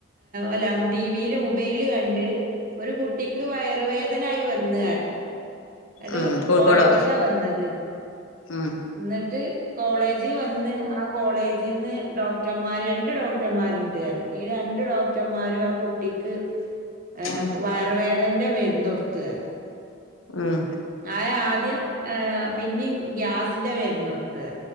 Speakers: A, on the right; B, on the left.
A: അല്ലാം ടിവിയില് മുബൈല് ല് കണ്ട് ഒരു കുട്ടിക്ക് വയറുവേദനായി വന്ന് പർഞ്. ന്നട്ടോ
B: ഉം കോഴിക്കോടോ
A: കോളേജിക്കാ വന്നത്
B: ഉം
A: ഇന്നട്ട് കോളേജ് വന്ന് ആ കോളേജിന്ന് ഡോക്ടർമാര് രണ്ട് ഡോക്ടർമാരുണ്ട് പർഞ് ഈ രണ്ട് ഡോക്ടർമാരും ആ കുട്ടിക്ക് ഏഹ്
B: ഉം
A: വയറുവേദൻന്റെ മരുന്ന് കൊട്ത്ത് ർന്ന്.
B: ഉം
A: ആഹ് ആദ്യം ഏഹ് പിന്നും ഗ്യാസിന്റെ മരുന്നൊടുത്ത്